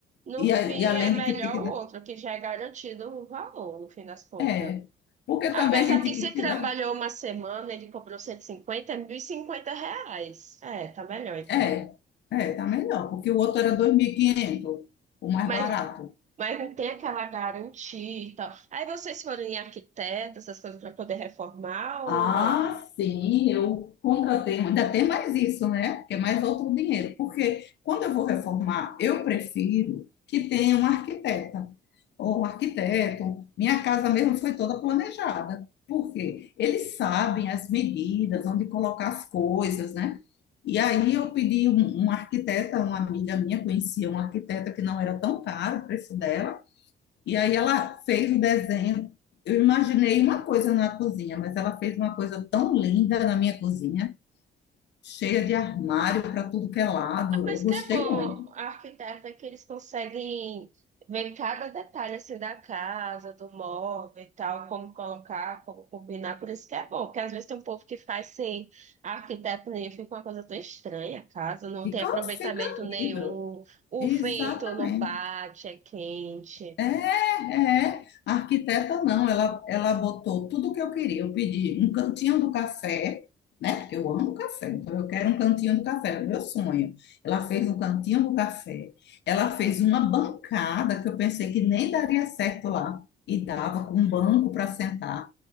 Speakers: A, on the right (about 35°); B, on the left (about 60°).
A: No
B: E,
A: fim,
B: a- e além
A: é melhor
B: de que tem que dar.
A: o outro, que já é garantido o valor, no fim das contas.
B: É. Porque
A: Apesar
B: também a gente
A: que
B: tem
A: se
B: que
A: trabalhou
B: dar,
A: uma semana, ele cobrou 150, é 1.050 reais. É, tá melhor então.
B: É. É, tá melhor. Porque o outro era 2.500, o mais
A: Mas,
B: barato.
A: mas não tem aquela garantia e tal. Aí vocês foram em arquiteto, essas coisas, para poder reformar
B: Ah,
A: ou não?
B: sim, eu contratei, ainda tem mais isso, né? Porque é mais outro dinheiro. Porque quando eu vou reformar, eu prefiro que tenha uma arquiteta ou um arquiteto. Minha casa mesmo foi toda planejada. Por quê? Eles sabem as medidas, onde colocar as coisas, né? E aí eu pedi um, um arquiteta, uma amiga minha conhecia um arquiteta que não era tão caro o preço dela. E aí ela fez o desenho. Eu imaginei uma coisa na cozinha, mas ela fez uma coisa tão linda na minha cozinha, cheia de armário para tudo que é lado. Eu
A: Mas
B: gostei
A: que é bom,
B: muito.
A: a arquiteta que eles conseguem ver cada detalhe assim da casa, do móvel e tal, como colocar, como combinar, por isso que é bom, porque às vezes tem um povo que faz sem arquiteto nenhum, fica uma coisa tão estranha a casa, não
B: Fica,
A: tem aproveitamento
B: fica
A: nenhum,
B: horrível.
A: o
B: Exatamente.
A: vento não bate, é quente.
B: É, é. A arquiteta não, ela, ela botou tudo o que eu queria. Eu pedi um cantinho do café, né? Porque eu amo café, então eu quero um cantinho do café, é o meu sonho. Ela fez um cantinho do café. Ela fez uma bancada que eu pensei que nem daria certo lá. E dava com um banco para sentar.